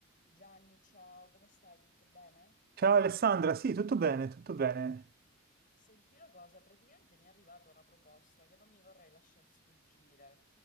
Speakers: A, on the left; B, on the right.
A: Gianni, ciao, come stai? Tutto bene?
B: Ciao Alessandra, sì, tutto bene, tutto bene.
A: Senti una cosa, praticamente mi è arrivata una proposta che non mi vorrei lasciar sfuggire.